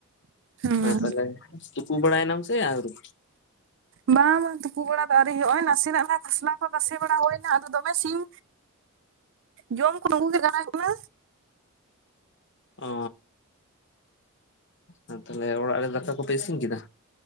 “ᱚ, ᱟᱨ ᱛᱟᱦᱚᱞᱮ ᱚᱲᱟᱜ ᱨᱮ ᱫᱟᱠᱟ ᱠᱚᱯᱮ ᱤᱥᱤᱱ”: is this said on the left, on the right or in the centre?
Left